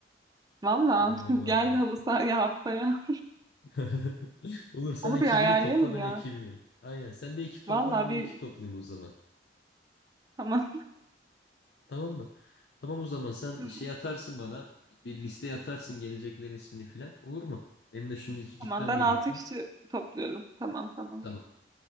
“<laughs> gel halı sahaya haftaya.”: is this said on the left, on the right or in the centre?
Right